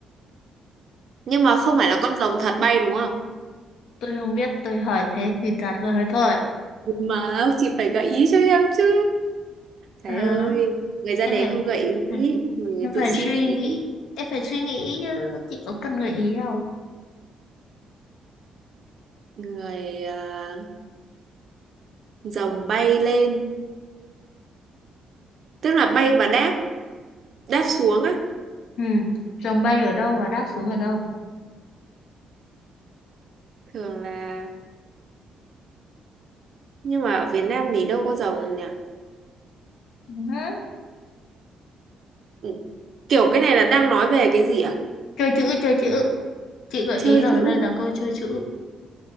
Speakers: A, on the right; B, on the left.
A: Nhưng mà không phải là con rồng thật bay đúng không?
B: tôi không biết tôi hỏi thế thì trả lời thôi
A: Nhưng mà chị phải gợi ý cho em chứ. Trời
B: À.
A: ơi, người ra
B: em
A: đề
B: phải
A: không gợi
B: ừ,
A: ý, người
B: em
A: tự
B: phải
A: suy
B: suy
A: nghĩ,
B: nghĩ em phải suy nghĩ chứ chị có cần gợi ý đâu
A: người à, rồng bay lên, tức là bay và đáp, đáp xuống á,
B: ừ dòng bay ở đâu và đáp xuống ở đâu
A: thường là nhưng mà ở Việt Nam thì đâu có rồng nhỉ?
B: Ừ,
A: Ừ, Kiểu cái này là đang nói về cái gì à?
B: chơi chữ chơi chữ chị gợi
A: Chơi
B: ý là
A: chữ,
B: đây là câu chơi chữ